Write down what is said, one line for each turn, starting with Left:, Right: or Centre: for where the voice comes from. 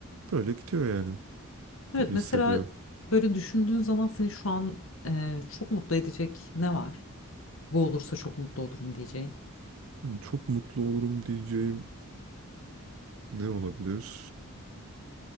Right: Böyle gidiyor yani
Left: Evet
Right: gibi
Left: mesela
Right: hissediyorum.
Left: böyle düşündüğün zaman seni şu an e, çok mutlu edecek ne var? Bu olursa çok mutlu olurum diyeceğin.
Right: Hani çok mutlu olurum diyeceğim ne olabilir?